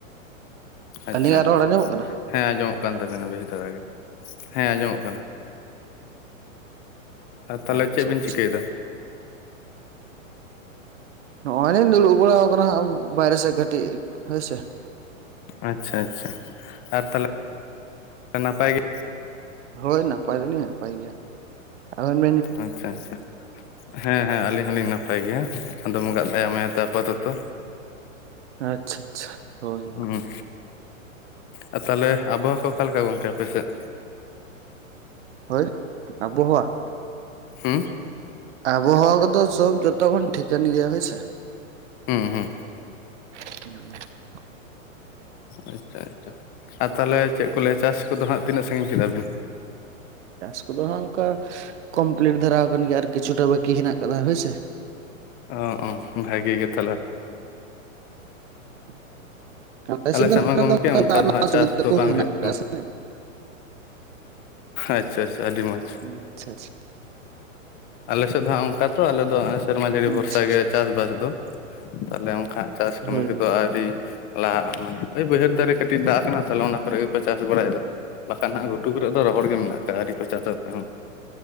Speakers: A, on the left; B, on the right.
A: ᱟᱪᱪᱷᱟ
B: ᱟᱹᱞᱤᱧᱟᱜ
A: ᱟᱪᱪᱷᱟ
B: ᱨᱚᱲ ᱟᱸᱡᱟᱢᱚᱜ ᱠᱟᱱᱟ?
A: ᱦᱮᱸ ᱟᱸᱡᱚᱢᱚᱜ ᱠᱟᱱ ᱛᱟᱵᱮᱱᱟ ᱵᱮᱥᱤ ᱫᱷᱟᱨᱟ ᱜᱮ, ᱦᱮᱸ ᱟᱸᱡᱚᱢᱚᱜ ᱠᱟᱱᱟ᱾ ᱟᱨ ᱛᱟᱦᱞᱮ
B: ᱟᱪᱪᱷᱟ
A: ᱪᱮᱫ ᱵᱤᱱ
B: ᱟᱪᱪᱷᱟ
A: ᱪᱤᱠᱟᱹᱭᱫᱟ?
B: ᱱᱚᱜᱼᱚᱭ ᱞᱤᱧ ᱫᱩᱲᱩᱵ ᱵᱟᱲᱟ ᱟᱠᱟᱱᱟ ᱦᱟᱸᱜ ᱵᱟᱭᱨᱮ ᱥᱮᱫ ᱠᱟᱹᱴᱤᱡ ᱦᱳᱭᱥᱮ᱾
A: ᱟᱪᱪᱷᱟ ᱟᱪᱪᱷᱟ ᱟᱨ ᱛᱟᱦᱚᱞᱮ ᱱᱟᱯᱟᱭ ᱜᱮ?
B: ᱦᱳᱭ ᱱᱟᱯᱟᱭ ᱫᱚᱞᱤᱧ ᱱᱟᱯᱟᱭ ᱜᱮᱭᱟ᱾ ᱟᱵᱚᱱ
A: ᱟᱪᱪᱷᱟ ᱟᱪᱪᱷᱟ᱾ ᱦᱮᱸ ᱦᱮᱸ ᱟᱹᱞᱤᱧ ᱦᱚᱞᱤᱧ ᱱᱟᱯᱟᱭ ᱜᱮᱭᱟ, ᱟᱫᱚᱢ ᱵᱚᱝᱜᱟ ᱫᱟᱭᱟ ᱢᱟᱭᱟ ᱟᱯᱟᱛᱚᱛᱚ᱾
B: ᱟᱪᱪᱷᱟ ᱟᱪᱪᱷᱟ ᱦᱳᱭ᱾
A: ᱦᱩᱸ ᱟᱨ ᱛᱟᱦᱚᱞᱮ ᱟᱵᱚᱦᱟᱣᱟ ᱠᱚ ᱚᱠᱟᱞᱮᱠᱟ ᱜᱚᱝᱠᱮ ᱟᱯᱮ ᱥᱮᱫ?
B: ᱦᱳᱭ ᱟᱵᱚᱦᱚᱣᱟ᱾
A: ᱦᱩᱸ
B: ᱟᱵᱚᱦᱚᱣᱟ ᱠᱚᱫᱚ ᱥᱚᱵ ᱡᱚᱛᱚᱠᱷᱚᱱ ᱴᱷᱤᱠᱟᱹᱱ ᱜᱮᱭᱟ ᱦᱳᱭᱥᱮ᱾
A: ᱦᱩᱸ ᱦᱩᱸ
B: <inaudible>
A: ᱟᱪᱪᱷᱟ ᱟᱪᱪᱷᱟ ᱟᱨ ᱛᱟᱦᱞᱮ ᱪᱮᱫ ᱠᱚ ᱞᱟᱹᱭᱟ ᱪᱟᱥ ᱠᱚᱫᱚ ᱦᱟᱸᱜ ᱛᱤᱱᱟᱹᱜ ᱥᱟᱺᱜᱤᱧ ᱠᱮᱫᱟ ᱵᱤᱱ?
B: ᱪᱟᱥ ᱠᱚᱫᱚ ᱦᱟᱜ ᱚᱱᱠᱟ ᱠᱚᱢᱯᱤᱞᱤᱴ ᱫᱷᱟᱨᱟᱣ ᱠᱟᱱ ᱜᱮᱭᱟ ᱟᱨ ᱠᱤᱪᱷᱩᱴᱟ ᱵᱟᱠᱤ ᱦᱮᱱᱟᱜ ᱠᱟᱫᱟ ᱦᱳᱭᱥᱮ᱾
A: ᱚ ᱚ ᱵᱷᱟᱜᱮ ᱜᱮ ᱛᱟᱦᱚᱞᱮ᱾
B: <inaudible> ᱟᱞᱮᱥᱱ
A: ᱟᱞᱮ
B: ᱫᱚ
A: ᱥᱮᱫ
B: ᱱᱚᱝᱠᱷᱟᱱ
A: ᱢᱟ ᱜᱚᱢᱠᱮ
B: ᱫᱚ
A: ᱚᱱᱠᱟ
B: ᱫᱟᱜ ᱨᱮᱱᱟᱜ
A: ᱫᱚ ᱦᱟᱸᱜ
B: ᱚᱥᱩᱵᱤᱫᱷᱟ
A: ᱪᱟᱥ ᱫᱚ
B: ᱠᱚᱦᱚᱸ
A: ᱵᱟᱝ
B: ᱦᱮᱱᱟᱜ
A: ᱦᱩᱭᱩᱜ ᱠᱟᱱᱟ
B: ᱠᱟᱫ ᱥᱮ᱾
A: ᱟᱪᱪᱷᱟ ᱟᱪᱪᱷᱟ ᱟᱹᱰᱤ ᱢᱚᱡᱽ᱾
B: ᱟᱪᱪᱷᱟ ᱟᱪᱪᱷᱟ
A: ᱟᱞᱮ ᱥᱮᱫ ᱫᱚ ᱦᱟᱸᱜ ᱚᱱᱠᱟ ᱛᱚ ᱟᱞᱮ ᱫᱚ ᱥᱮᱨᱢᱟ ᱡᱟᱹᱲᱤ ᱵᱷᱚᱨᱥᱟ
B: ᱟᱪᱪᱷᱟ
A: ᱜᱮ ᱪᱟᱥᱵᱟᱥ ᱫᱚ᱾ ᱛᱟᱦᱞᱮ ᱚᱱᱠᱟ ᱪᱟᱥ ᱠᱟᱹᱢᱤ
B: ᱦᱳᱭ
A: ᱠᱚᱫᱚ
B: ᱦᱳᱭ
A: ᱟᱣᱨᱤ ᱞᱟᱦᱟᱜᱼᱟ ᱢᱟᱱᱮ ᱳᱭ ᱵᱟᱹᱭᱦᱟᱹᱲ ᱫᱟᱨᱮ ᱠᱟᱹᱴᱤᱡ ᱫᱟᱜ ᱠᱟᱱᱟ ᱛᱟᱦᱚᱞᱮ ᱚᱱᱟ ᱠᱚᱨᱮ ᱜᱮᱠᱚ ᱪᱟᱥ ᱵᱟᱲᱟᱭᱫᱟ᱾ ᱵᱟᱠᱷᱟᱱ ᱦᱟᱜ ᱜᱷᱩᱴᱩ ᱠᱚᱨᱮ ᱫᱚ ᱨᱚᱦᱚᱲ ᱜᱮ ᱢᱮᱱᱟᱜ ᱠᱫᱼᱟ ᱟᱹᱨᱤ ᱠᱚ ᱪᱟᱥᱟ ᱚᱠᱚᱭ ᱦᱚᱸ᱾